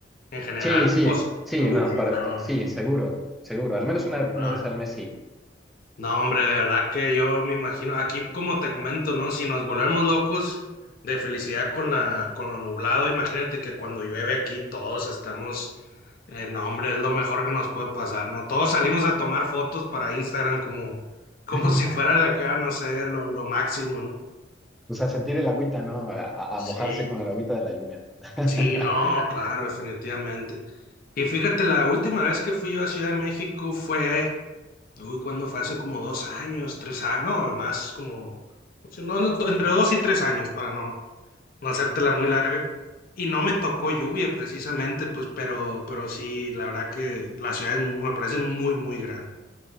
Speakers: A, on the left; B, in the centre.
A: en general.
B: sí, sí,
A: O s-
B: sí,
A: Uh,
B: no, para,
A: no,
B: pa- sí, seguro, seguro. Al menos una, una
A: no,
B: vez al mes sí.
A: no, hombre, de verdad que yo me imagino, aquí como te comento, ¿no? Si nos volvemos locos de felicidad con la, con lo nublado, imagínate que cuando llueve aquí todos estamos, eh, no, hombre, es lo mejor que nos puede pasar, ¿no? Todos salimos a tomar fotos para Instagram como, como
B: <laughs>
A: si fuera de acá, no sé, lo, lo máximo, ¿no?
B: O sea, sentir el agüita, ¿no? A, a-
A: Sí,
B: a mojarse con el agüita de la lluvia. <laughs>
A: sí, no, claro, definitivamente. Y fíjate, la última vez que fui yo a Ciudad de México fue, uy, cuando fue hace como dos años, tres años, no, más como, no sé, no, no, do- entre dos y tres años para no, no hacértela muy larga. Y no me tocó lluvia precisamente, pues, pero, pero sí, la verdad que la ciudad es mu- me parece muy, muy grande.